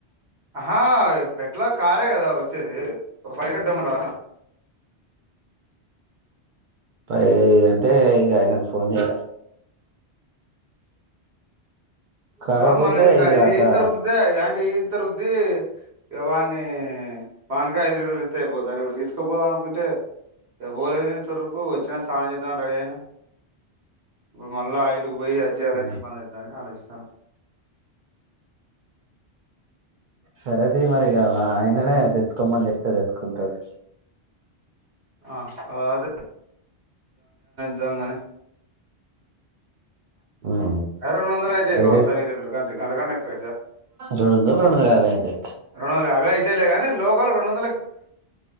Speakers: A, on the right (about 75°); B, on the right (about 55°).
A: అహా ఎ ఎట్లా కారే కదా వచ్చేది. ఒక ఫైవ్ తెమ్మంటావా
B: ఫైవ్ అంటే ఇక ఆయనకు ఫోన్ చేయాల కాకపోతే
A: ఆ మనం ఇదిగా
B: ఇక
A: ఇది
B: అక్కడ
A: ఇంత రుద్దుతే ఏంటే ఇంత రుద్ది ఇక వాన్ని వానికి ఐదు లీటర్లు ఇత్తే అయిపోది. దాన్ని ఇప్పుడు తీసుకుపోదాం అనుకుంటే ఇక పోలేదు నేను తొర్రూ కు వచ్చిన స్నానం చేద్దాను రెడీ అయినా. ఇప్పుడు మళ్ళా ఆయిలు పోయి అది జేయాలంటే
B: ఆ,
A: ఇబ్బందయిద్దని ఆలోచిస్తున్న
B: సరే తీయ్ మరి ఇగా ఆయననే తెచ్చుకొమ్మని చెప్తే తెచ్చుకుంటడు
A: ఆ అవదు <unintelligible>
B: ఉమ్,
A: అ రెండొందల యితే
B: అయితే
A: గావచ్చు గంత అంత కన్న ఎక్కువైతాయా
B: రెండు వందలు రెండు వందల యాభై అయితే
A: రెండొందల యాభై అంతేలే కానీ లోకల్ రెండువందల్